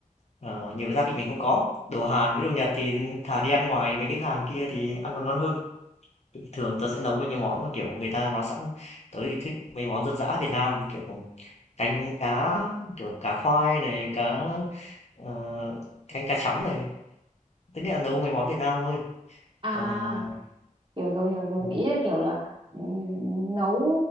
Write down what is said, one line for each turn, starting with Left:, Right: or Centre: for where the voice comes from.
Left: Ờ, nhiều gia vị mình không có đồ Hàn với đồ Nhật thì thà đi ăn ngoài mấy cái hàng kia thì ăn còn ngon hơn thường tớ sẽ nấu mấy cái món mà kiểu người ta nói sẵn tớ thì thích mấy món dân dã Việt Nam kiểu canh cá kiểu cá khoai này cá ờ, canh cá chấm này tức là nấu mấy món Việt Nam thôi
Right: à
Left: còn ờ,
Right: hiểu rồi hiểu rồi
Left: ừ,
Right: ý là kiểu là ừ, nấu